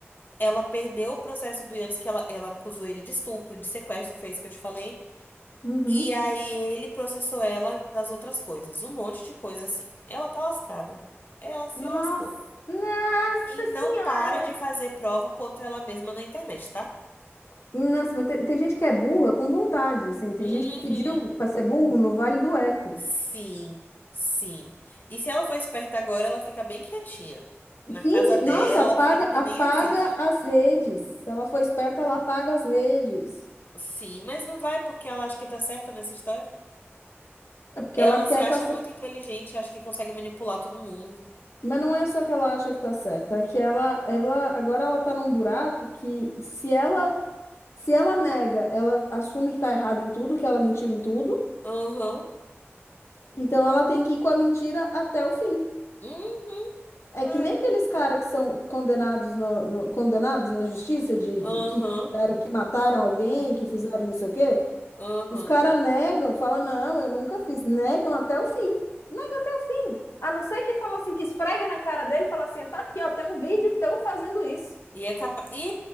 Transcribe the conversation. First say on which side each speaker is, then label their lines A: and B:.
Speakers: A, on the left (about 45°); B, on the left (about 75°).
A: Ela perdeu o processo do Yannis, que ela, ela acusou ele de estupro, de sequestro, foi isso que eu te falei.
B: uhum,
A: E aí ele processou ela das outras coisas, um monte de coisa assim. Ela tá lascada. Ela se
B: Nossa,
A: lascou.
B: nossa
A: E não
B: senhora!
A: para de fazer prova contra ela mesma na internet, tá?
B: Nossa, mas tem, tem gente que é burra com vontade, assim. Tem
A: Uhum.
B: gente que pediu para ser burro no Vale do Eco.
A: Sim, sim. E se ela for esperta agora, ela fica bem quietinha. Na
B: Finge,
A: casa dela,
B: nossa, apaga,
A: finge
B: apaga
A: que nem existe.
B: as redes. Se ela for esperta, ela apaga as redes.
A: Sim, mas não vai porque ela acha que tá certa nessa história.
B: É porque
A: Ela
B: ela quer
A: se acha
B: tá certa.
A: muito inteligente, acha que consegue manipular todo mundo.
B: Mas não é só que ela acha que tá certa, é que ela, ela agora ela tá num buraco que se ela se ela nega, ela assume que tá errada em tudo, que ela mentiu em tudo.
A: Aham.
B: Então ela tem que ir com a mentira até o fim.
A: Uhum.
B: É
A: Ai.
B: que nem aqueles caras que são condenados na, no- condenados na justiça de,
A: Aham.
B: de- que fizeram, que mataram alguém, que fizeram não sei o quê.
A: Aham.
B: Os caras negam, falam, não, eu nunca fiz. Negam até o fim. Negam até o fim. A não ser que fala assim, que esfregue na cara dele e fala assim, tá aqui, ó, tem um vídeo teu fazendo isso.
A: E é capaz. E,